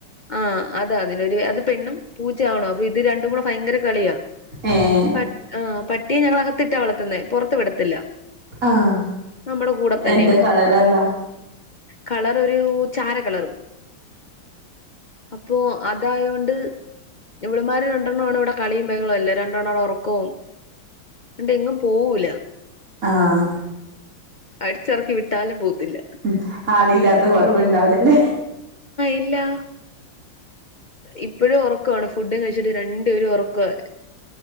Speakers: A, on the left (about 80°); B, on the right (about 40°).
A: ആഹ് അത് അതിനൊരു അത് പെണ്ണും പൂച്ച ആണും അപ്പൊ ഇത് രണ്ടും കൂടെ ഭയങ്കര കളിയാ.
B: ഏഹ്
A: പ ആഹ് പട്ടിയെ ഞങ്ങളകത്തിട്ടാ വളത്തുന്നെ പൊറത്ത് വിടത്തില്ല.
B: ആഹ്
A: നമ്മടെ കൂടെ തന്നെയാണ്.
B: എന്താ കളറെന്താ
A: കളറൊരൂ ചാര കളറ്. അപ്പോ അതായോണ്ട് ഇവള്മാര് രണ്ടണ്ണോണ് ഇവിടെ കളിയും ബഹളോം എല്ലാം. ര ണ്ടാളെ ഒറക്കോം ഒണ്ട് എങ്ങും പോവൂല.
B: ആഹ്.
A: അടിച്ചെറക്കി വിട്ടാലും പോത്തില്ല.
B: ഉം ആളില്ലാത്ത കൊറവ്ണ്ടാവൂല്ലാല്ലേ?
A: ഇല്ലാ. ഇപ്പഴും ഒറക്കവാണ് ഫുഡും കഴിച്ചിട്ട് രണ്ടുപേരും ഒറക്കോണ്.